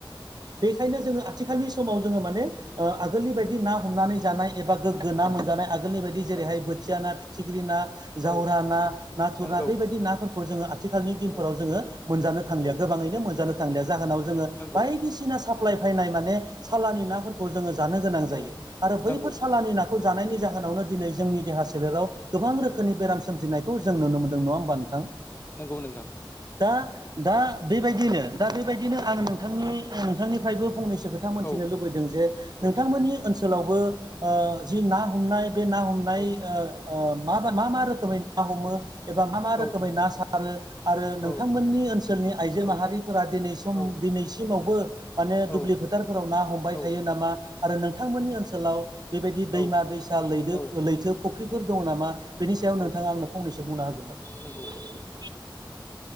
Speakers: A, on the right; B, on the left.
A: बेखायनो जोङो आथ थिखालनि समाव जोङो माने ओ आगोलनि बायदि ना हमनानै जानाय। एबा गोग्गो ना मोनजानाय आगोलनि बायदि जेरै
B: औ
A: हाय बोथिया ना, फिथिख्रि ना
B: औ
A: जावरा ना, नाथुर
B: नंगौ
A: ना बेबायदि नाफोरखौ जोङो आथ थिखालनि दिनफोराव
B: औ
A: जोङो मोनजानो
B: नंगौ
A: थांलिया गोबाङैनो मोनजानो थांलिया। जाहोनाव जो
B: नंगौ
A: बायदिसिना साप्लाय फैनाय माने सालानि नाफोरखौ जोङो। जानो गोनां जायो।
B: औ
A: आरो बैफोर
B: नंगौ
A: सालानि नाखौ जानायनि जाहोनावनो दिनै जोंनि देहा सोलेराव गोबां रोख खोनि बेराम सोमजिनायखौ जों नुनो मोन नङा होमबा नोंथां।
B: नंगौ नोंथां
A: दा दा बेबायदिनो दा बेबायदिनो आं नोंथांनि ओ नोंथांनिफ्रायबो फंनैस सो खोथा मोनथिनो
B: औ
A: लुबैदों जे,
B: औ
A: नोंथांमोननि ओनसोलावबो ओ जि ना हमनाय बे हमनाय
B: औ
A: ओ ओ मा मा रोखोमै ना हमो। एबा मा मा रोखोमै
B: औ
A: ना सार सारो आरो नोंथांमोननि
B: औ
A: ओनसोलनि आइजो
B: औ
A: माहारिफोरा दिनै सम
B: औ
A: दिनैसिमावबो माने दडुब्लिफोथ
B: औ
A: फोथारफोराव ना हमबाय
B: औ
A: थायो नामा? आरो नोंथांमोननि ओनसोलाव बेबायदि दैमा
B: औ
A: दैसा लैदोब
B: औ
A: लैथोफ फुख्रिफोर दं नामा? बेनि सायाव
B: औ
A: नोंथाङा आंनो फंनैसो बुंनो हागोन नामा?
B: नंगौ